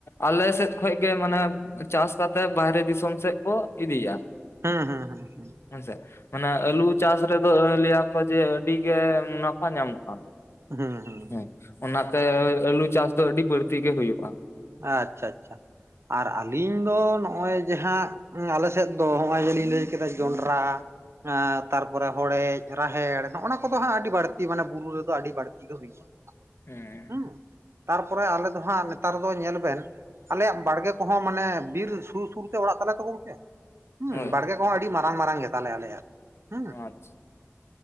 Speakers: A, on the left; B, on the right.
A: ᱟᱞᱮ ᱥᱮᱫ ᱠᱷᱚᱡ ᱜᱮ ᱢᱟᱱᱮ ᱪᱟᱥ ᱠᱟᱛᱮᱜ ᱵᱟᱦᱨᱮ ᱫᱤᱥᱚᱢ ᱥᱮᱫ ᱠᱚ ᱤᱫᱤᱭᱟ ᱾
B: ᱦᱩᱸ ᱦᱩᱸ ᱦᱩᱸ ᱦᱩᱸ ᱾
A: ᱦᱮᱸᱥᱮ, ᱢᱟᱱᱮ ᱟᱹᱞᱩ ᱪᱟᱥ ᱨᱮᱫᱚ ᱞᱟᱹᱭ ᱟᱠᱚ ᱡᱮ ᱟᱹᱰᱤ ᱜᱮ ᱢᱩᱱᱟᱯᱷᱟ ᱧᱟᱢᱚᱜ-ᱟ ᱾
B: ᱦᱩᱸ ᱦᱩᱸ ᱾
A: ᱦᱮᱸ, ᱚᱱᱟᱛᱮ ᱟᱹᱞᱩ ᱪᱟᱥ ᱫᱚ ᱟᱹᱰᱤ ᱵᱟᱹᱲᱛᱤ ᱜᱮ ᱦᱩᱭᱩᱜ-ᱟ ᱾
B: ᱟᱪᱪᱷᱟ ᱟᱪᱪᱷᱟ, ᱟᱨ ᱟᱹᱞᱤᱧ ᱫᱚ ᱱᱚᱜ-ᱚᱭ ᱡᱮ ᱦᱟᱸᱜ ᱟᱞᱮ ᱥᱮᱫ ᱫᱚ ᱱᱚᱜ-ᱚᱭ ᱡᱮ ᱞᱤᱧ ᱞᱟᱹᱭ ᱠᱮᱫᱟ ᱡᱚᱱᱰᱨᱟ ᱮᱸ ᱛᱟᱨᱯᱚᱨᱮ ᱦᱚᱲᱮᱡ ᱨᱟᱦᱮᱲ ᱱᱚᱜᱼᱚᱱᱟ ᱠᱚᱫᱚ ᱦᱟᱸᱜ ᱟᱹᱰᱤ ᱵᱟᱹᱲᱛᱤ ᱢᱟᱱᱮ ᱵᱩᱨᱩ ᱨᱮᱫᱚ ᱟᱹᱰᱤ ᱵᱟᱹᱲᱛᱤ ᱜᱮ ᱦᱩᱭᱩᱜ ᱟ ᱚᱱᱟ ᱠᱚᱫᱚ,
A: ᱦᱮᱸ
B: ᱦᱩᱸ ᱛᱟᱨᱯᱚᱨᱮ ᱟᱞᱮ ᱫᱚ ᱦᱟᱸᱜ ᱱᱮᱛᱟᱨ ᱫᱚ ᱧᱮᱞ ᱵᱮᱱ ᱟᱞᱮᱭᱟᱜ ᱵᱟᱲᱜᱮ ᱠᱚᱦᱚᱸ ᱢᱟᱱᱮ ᱵᱤᱨ ᱥᱩᱨ ᱥᱩᱨ ᱛᱮ ᱚᱲᱟᱜ ᱛᱟᱞᱮ ᱛᱚ ᱜᱚᱝᱠᱮ, ᱦᱩᱸ
A: ᱦᱳᱭ
B: ᱵᱟᱲᱜᱮ ᱠᱚᱦᱚᱸ ᱟᱹᱰᱤ ᱢᱟᱨᱟᱝ ᱢᱟᱨᱟᱝ ᱜᱮᱛᱟ ᱞᱮᱭᱟ ᱟᱞᱮᱭᱟᱜ ᱾ ᱦᱩᱸ,
A: ᱟᱪᱪᱷᱟ